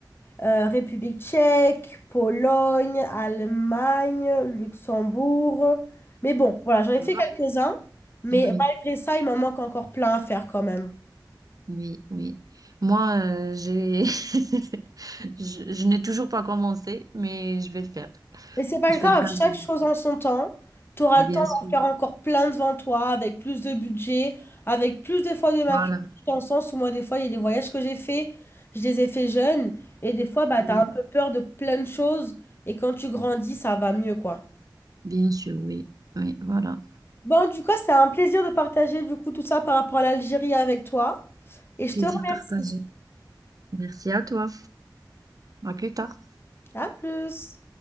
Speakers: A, on the left; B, on the right.
A: euh, République tchèque, Pologne, Allemagne, Luxembourg. Mais bon, voilà, j'en ai
B: ça
A: fait
B: va.
A: quelques-uns. Mais
B: Oui,
A: malgré ça, il m'en manque encore plein à faire quand même.
B: oui, oui. Moi, euh, j'ai <laughs> je, je n'ai toujours pas commencé, mais je vais le faire.
A: Mais c'est pas
B: Je
A: grave,
B: vais le faire.
A: chaque
B: oui.
A: chose en son temps. Tu auras
B: Bien
A: le temps
B: sûr.
A: d'en faire encore plein devant toi, avec plus de budget, avec plus des fois de maturité,
B: Voilà.
A: dans le sens où moi, des fois, il y a des voyages que j'ai faits, je les ai faits jeunes, et des fois, bah,
B: Oui,
A: tu as un peu peur de plein de choses, et quand tu grandis, ça va mieux, quoi.
B: bien sûr, oui. Oui, voilà.
A: Bon, du coup, c'était un plaisir de partager, du coup, tout ça par rapport à l'Algérie avec toi, et je
B: Plaisir
A: te remercie.
B: partagé. Merci à toi. À plus tard.
A: À plus!